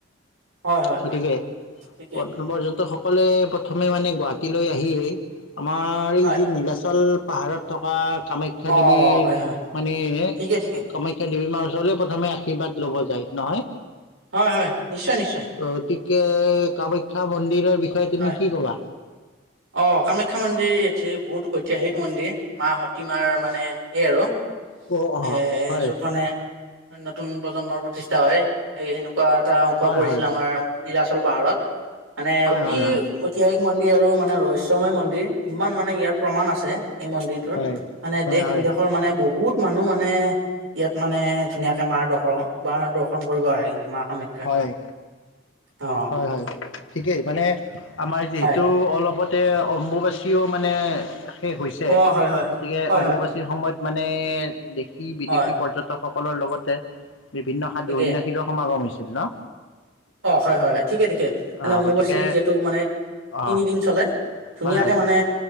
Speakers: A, on the right (about 90°); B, on the left (about 70°).
A: হয় হয়
B: গতিকে
A: হয় ঠিকেই
B: পৰ্যটকসকলে প্ৰথমে মানে গুৱাহাটীলৈ আহিয়েই আমাৰ
A: হয়
B: এই যি নীলাচল পাহাৰত থকা কামাখ্যা
A: অ
B: দেৱী,
A: হয় হয়
B: মানে
A: ঠিকেই ঠিকেই
B: কামাখ্যা দেৱীৰ মাৰ ওচৰলৈ প্ৰথমে আশীৰ্বাদ ল'ব যায় নহয়।
A: হয়, হয়, নিশ্চয় ‌নিশ্চয়।
B: গতিকে কামাখ্যা মন্দিৰৰ বিষয়ে তুমি
A: হয়
B: কি ক'বা?
A: অ' কামাখ্যা মন্দিৰ এটি বহুত ঐতিহাসিক মন্দিৰ মাঁ সতীমাৰ মানে সেই আৰু
B: অ', অ',
A: এ,
B: হয়,
A: য'ত মানে নতুন প্ৰজন্মৰ প্ৰতিষ্ঠা হয়, এই সেনেকুৱা এটা অংশ
B: হয়,
A: পৰিছিল
B: হয়,
A: আমাৰ নীলাচল পাহাৰত, মানে
B: হয়,
A: অতি
B: হয়, হয়,
A: অ ঐতিহাসিক মন্দিৰ আৰু মানে ৰহস্যময় মন্দিৰ, ইমান মানে ইয়াৰ প্ৰমাণ আছে এই মন্দিৰ <unintelligible>
B: হয়,
A: মানে
B: হয়,
A: দেশ
B: হয়।
A: বিদেশৰ মানে বহুত মানুহ মানে ইয়াত মানে ধুনীয়াকে মাৰ দৰ্শ মাৰ দৰ্শন কৰিব আহে কিন্তু মাঁ কামাখ্যা
B: হয়।
A: অ
B: হয়, হয় ঠিকেই মানে আমাৰ যিহেতু
A: হয়
B: অলপত তাতে অম্বুবাচীও মানে শেষ হৈছে,
A: অ হয় হয়
B: গতিকে
A: হয়
B: অম্বুবাচী
A: হয়
B: সময়ত মানে দেশী বিদেশী
A: হয়
B: পৰ্যটকসকলৰ লগতে বিভিন্ন সাধু
A: ঠিকে
B: সৈন্যাস শীৰ সমাগম হৈছিল ন'।
A: অ' হয়, হয়, হয় ঠিকে ঠিকে। মানে
B: আহ
A: অম্বুবাচী
B: গতিকে
A: যিহেতু মানে তিনিদিন
B: অঁ
A: চলে, ধুনীয়াকে
B: হয় হয়
A: মানে